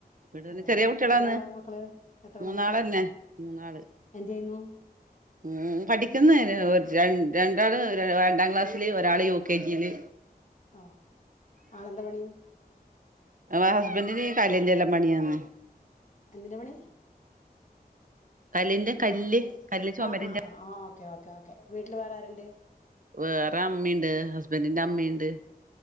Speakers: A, on the right (about 55°); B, on the left (about 50°).
A: ഇവിടെ തന്നെ
B: അതെല്ലെ
A: ചെറിയ കുട്ടികളാന്ന്
B: എത്ര ആളാ മക്കള് എത്ര
A: മൂന്നാളന്നെ
B: ആളാ മക്കള്
A: മൂന്നാള്.
B: <unintelligible>
A: ഉം പഠിക്കുന്ന ര രണ്ടാള് രണ്ടാം ക്ലാസ്സില് ഒരാള് യു കെ ജിയില്.
B: ഓ ആളെന്താ പണി
A: ആ ഹസ്ബൻഡിന് കല്ലിന്റെ എല്ലാം പണിയാന്ന്
B: എന്തിന്റെ പണി
A: കല്ലിന്റെ കല്ല് കല്ല് ചുമരിന്റെ
B: ആ ആ ആ ഓക്കെ ഓക്കേ ഓക്കേ വീട്ടില് വേറെ ആരുണ്ട്
A: വേറെ അമ്മീം ണ്ട് ഹസ്ബൻറിന്റെ അമ്മീം ണ്ട്.